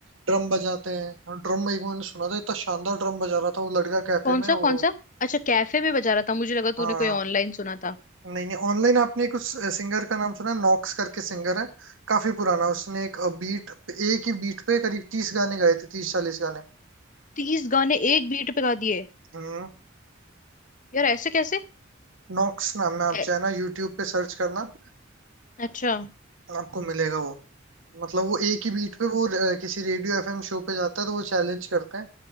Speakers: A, on the right; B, on the left.
A: ड्रम बजाते हैं और ड्रम एक मैंने सुना था इतना शानदार ड्रम बजा रहा था वो लड़का कैफे
B: कौन
A: में
B: सा
A: वो
B: कौन सा अच्छा कैफे में बजा रहा था मुझे लगा
A: हाँ
B: तूने कोई ऑनलाइन सुना था
A: नहीं नहीं ऑनलाइन आपने एक उस सिंगर का नाम सुना नॉक्स करके सिंगर है काफी पुराना उसने एक बीट एक ही बीट पे करीब तीस गाने गाए थे तीस चालीस गाने
B: तीस गाने एक बीट पे गा दिए
A: हम्म
B: यार ऐसे कैसे
A: नॉक्स नाम है आप
B: ए-
A: चाहे ना यूट्यूब पे सर्च करना
B: अच्छा
A: आपको मिलेगा वो मतलब वो एक ही बीट पे वो अ, किसी रेडियो एफएम शो पे जाता है तो वो चैलेंज करते हैं